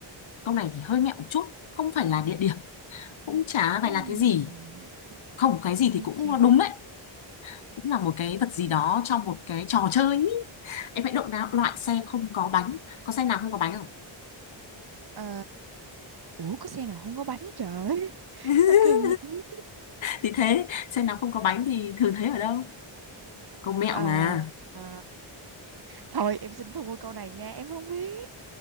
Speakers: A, on the left; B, on the right.
A: câu này thì hơi mẹo một chút không phải là địa điểm cũng chả phải
B: Ừm,
A: là cái gì không cái gì thì
B: ai
A: cũng
B: chà
A: đúng đấy cũng là một cái vật
B: cái
A: gì đó
B: s-
A: trong một cái trò chơi ý. em hãy động não loại xe không có bánh có xe nào không có bánh không
B: ờ, ủa có xe nào không có bánh trời <laughs>
A: <laughs>
B: sao kỳ vậy
A: thì thế xe nào không có bánh thì thường thấy ở đâu công mẹo
B: Ờ,
A: mà
B: ờ, thôi em xin thua câu này nha em không biết